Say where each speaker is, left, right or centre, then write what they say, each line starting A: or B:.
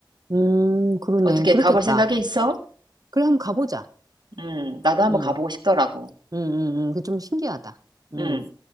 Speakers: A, on the right; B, on the right.
A: 음, 그러네.
B: 어떻게
A: 그렇겠다.
B: 가볼 생각이 있어?
A: 그래, 한번 가보자.
B: 음, 나도 한번
A: 응,
B: 가보고 싶더라고.
A: 응, 응, 응. 그게 좀 신기하다. 응.
B: 음.